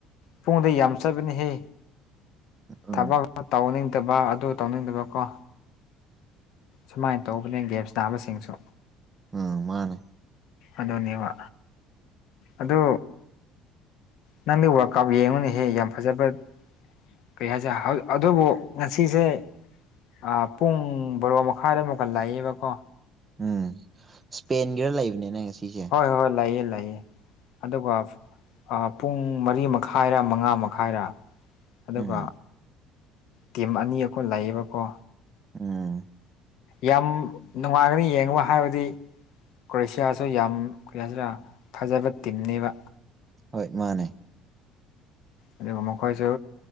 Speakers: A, on the left; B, on the right.
A: ꯄꯨꯡꯗ ꯌꯥꯝ ꯆꯠꯕꯅꯤꯍꯦ
B: ꯎꯝ
A: ꯊꯕꯛ ꯇꯧꯅꯤꯡꯗꯕ ꯑꯗꯨ ꯇꯧꯅꯤꯡꯗꯕꯀꯣ ꯁꯨꯃꯥꯏꯅ ꯇꯧꯕꯅꯦ ꯒꯦꯝꯁ ꯅꯥꯕꯁꯤꯡꯁꯨ
B: ꯑꯝ ꯃꯥꯅꯦ
A: ꯑꯗꯨꯅꯦꯕ ꯑꯗꯨ ꯅꯪꯒꯤ ꯋꯥꯔꯛꯀꯞ ꯌꯦꯡꯉꯨꯅꯦꯍꯦ ꯌꯥꯝ ꯐꯖꯕ ꯀꯔꯤ ꯍꯥꯏꯁꯦ ꯑꯗꯨꯕꯨ ꯉꯁꯤꯁꯦ ꯑ ꯄꯨꯡ ꯕꯔꯣ ꯃꯈꯥꯏꯗ ꯑꯃꯨꯛꯀꯟ ꯂꯥꯛꯏꯌꯦꯦꯕꯀꯣ
B: ꯎꯝ ꯏꯁꯄꯦꯟꯒꯤꯔ ꯂꯩꯕꯅꯤꯅꯦ ꯉꯁꯤꯁꯦ
A: ꯍꯣꯏ ꯍꯣꯏ ꯂꯩꯌꯦ ꯑꯗꯨꯒ ꯄꯨꯡ ꯃꯔꯤ ꯃꯈꯥꯏꯔ ꯃꯉꯥ ꯃꯈꯥꯏꯔꯥ ꯑꯗꯨꯒ
B: ꯎꯝ
A: ꯇꯤꯝ ꯑꯅꯤ ꯑꯩꯀꯣꯏ ꯂꯩꯌꯦꯕꯀꯣ
B: ꯎꯝ
A: ꯌꯥꯝ ꯅꯨꯡꯉꯥꯏꯒꯅꯤ ꯌꯦꯡꯉꯕ ꯍꯥꯏꯕꯗꯤ ꯀ꯭ꯔꯣꯌꯦꯁꯤꯌꯥꯁꯨ ꯌꯥꯝ ꯀꯁꯤꯅ ꯐꯖꯕ ꯇꯤꯝꯅꯦꯕ
B: ꯍꯣꯏ ꯃꯥꯅꯦ
A: ꯑꯗꯨꯒ ꯃꯈꯣꯏꯁꯨ